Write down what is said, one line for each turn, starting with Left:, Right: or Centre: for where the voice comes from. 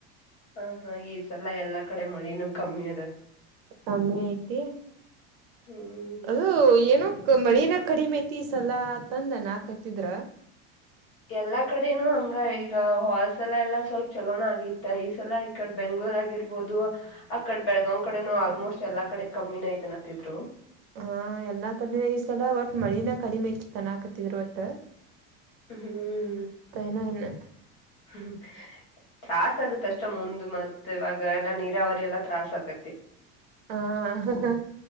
Left: ಹಾ ಹಾ ಈ ಸಲ ಎಲ್ಲಾ ಕಡೆ ಮಳಿನೂ ಕಮ್ಮಿ ಅದ.
Right: ಕಮ್ಮಿ ಐತಿ.
Left: ಹ್ಮ್.
Right: ಅದು ಏನೋ ಮಳಿನ ಕಡಿಮೆ ಐತಿ ಸಲ ಆತಂದ ಅನಾಕತ್ತಿದ್ರ.
Left: ಎಲ್ಲಾ ಕಡೆನು ಹಂಗ ಈಗ ಹೋದ ಸಲ ಎಲ್ಲಾ ಸ್ವಲ್ಪ ಚಲೋಣ ಆಗಿತ್ತ ಈ ಸಲ ಆತ ಬೆಂಗ್ಗಳೂರ್ ಆಗಿರ್ಬೋದು. ಆ ಕಡೆ ಬೆಳಗಾವ್ ಕಡೆನು ಆಲ್ಮೋಸ್ಟ್ ಎಲ್ಲಾ ಕಡೆ ಕಮ್ಮಿನ ಐತೆನತ್ತಿದ್ರು.
Right: ಹ ಎಲ್ಲಾ ಕಡಿಮೆ ಐ್ಸಲ ಒಟ್ ಮಳಿನ ಕಡಿಮೆ ಐತ್ ತನಕತಿದ್ರ ಒಟ್
Left: ಹ್ಮ್.
Right: ಏನೋ ಇನ್ನು
Left: ಹ್ಮ್ ತ್ರಾಸ ಆಗತ್ ಅಷ್ಟ ಮುಂದ ಮತ ಇವಾಗ ಎಲ್ಲಾ ನೀರಾವರಿ ಎಲ್ಲಾ ತ್ರಾಸ ಆಕತ್ತೆ
Right: ಹ